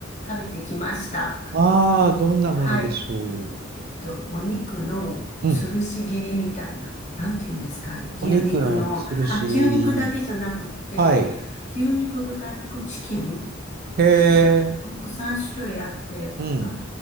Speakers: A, on the left; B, on the right.
A: 食べてきました。
B: ああー、どんなものでしょ
A: はい。えっと、お肉のつるし切りみたいな。
B: う。うん。
A: なんて言うんですか、あれ。牛肉の。
B: お肉のつるし入り。
A: あ、牛肉だけじゃなくって、
B: はい。
A: 牛肉、豚肉、チキン
B: へえ。
A: あの、お肉3種類あって、
B: うん。
A: あ、